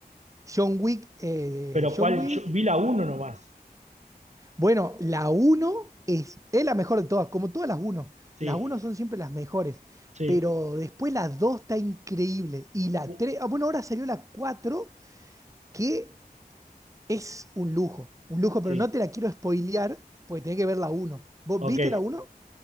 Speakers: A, on the right (about 20°); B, on the right (about 45°).
A: John Wick, eh,
B: pero
A: John
B: cuál,
A: Wick
B: yo vi la uno nomás.
A: Bueno, la uno es, es la mejor de todas, como todas las uno,
B: Sí,
A: Las uno son siempre las mejores,
B: sí,
A: pero después la 2 está increíble. Y la
B: u-
A: 3. ah, bueno, ahora salió la cuatro que es un lujo, un lujo, pero
B: sí,
A: no te la quiero spoilear, porque tenés que ver la uno. ¿Vos
B: ok.
A: viste la uno?